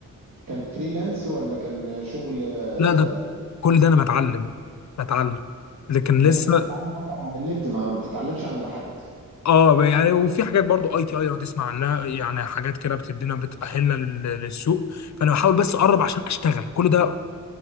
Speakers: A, on the right (about 80°); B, on the left (about 55°).
A: كان فريلانس ولا كان شغل آه،
B: لا ده كل ده انا بتعلم بتعلم لكن لسه
A: يعني انت بتتعلم اصلا على النت ما ما بتتعلمش عند حد
B: اه يعني وفي حاجات برضو اي تي اي لو تسمع عنها يعني حاجات كده بتدينا بتأهلنا لل- للسوق فانا بحاول بس اقرب عشان اشتغل كل ده